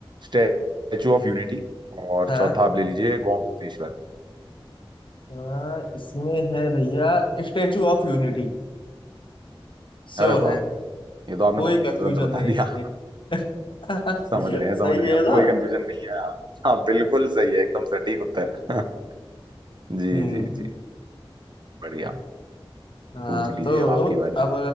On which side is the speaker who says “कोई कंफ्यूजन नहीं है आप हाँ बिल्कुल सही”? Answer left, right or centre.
Right